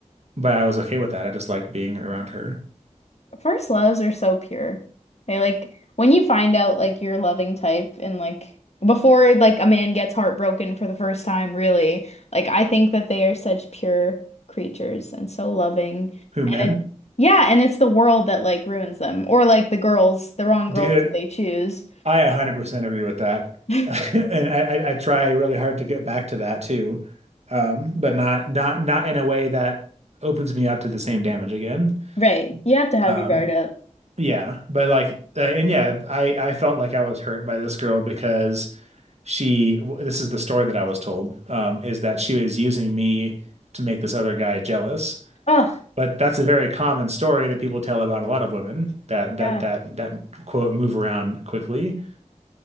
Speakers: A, on the right (about 60°); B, on the left (about 60°).
A: but I was okay with that. I just liked being around her.
B: First loves are so pure. They like when you find out like your loving type and like before like a man gets heartbroken for the first time, really, like I think that they are such pure creatures and so loving.
A: Who, men,
B: And it yeah, and it's the world that like ruins them or like the girls, the wrong girls
A: Dude,
B: that they choose.
A: I 100% agree with that. <laughs>
B: <laughs>
A: And I, I, I try really hard to get back to that too. Um, but not not not in a way that opens me up to the same damage again.
B: Right. You have to have
A: Um,
B: your guard up.
A: yeah, but like uh, and yeah, I I felt like I was hurt by this girl because she w- this is the story that I was told um, is that she was using me to make this other guy jealous.
B: Oh,
A: But that's a very common story that people tell about a lot of women that that
B: yeah.
A: that that quote move around quickly.